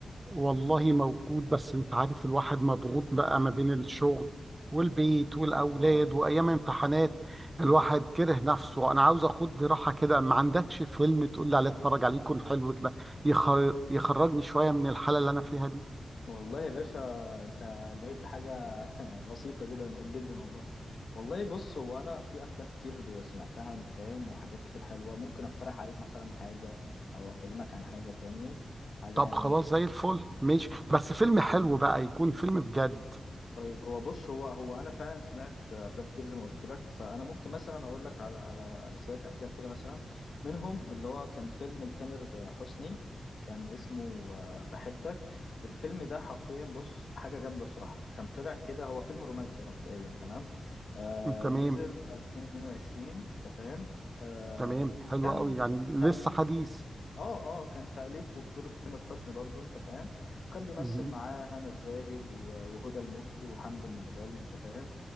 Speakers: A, on the right; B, on the left.
A: والله موجود بس انت عارف الواحد مضغوط بقى ما بين الشغل والبيت والاولاد
B: اه
A: وايام امتحانات الواحد
B: <laughs>
A: كره نفسه انا عاوز اخد لي راحه كده ما عندكش فيلم تقول لي عليه اتفرج عليه يكون حلو كده يخر... يخرجني شويه من الحاله اللي انا فيها دي
B: والله يا باشا انت جاي في حاجة <laughs> بسيطة جدا جدا والله والله بص هو انا في افلام كتير سمعتها انت فاهم وحاجات كتير حلوة ممكن اقترح عليك مثلا حاجة او اكلمك عن حاجة فاهمني؟ حاجة
A: طب
B: يعني
A: خلاص زي الفل ماشي بس فيلم حلو بقى يكون فيلم بجد
B: طيب هو بص هو هو انا فعلا سمعت افلام كتير زي ما قلت لك فانا ممكن مثلا اقول لك على على شويه افلام كده مثلا منهم اللي هو كان فيلم لتامر حسني كان اسمه آه، بحبك الفيلم ده حرفيا بص حاجه جامده الصراحه كان طلع كده هو فيلم رومانسي مبدئيا تمام آه
A: تمام
B: نزل 2022 انت فاهم آه
A: تمام حلو
B: كان
A: قوي يعني لسه
B: تأليف
A: حديث
B: اه اه كان تأليف وبطولة تامر حسني برضو انت فاهم وكان بيمثل
A: اه
B: معاه هنا الزاهد و- وهدى المفتي وحمد المرغالي انت فاهم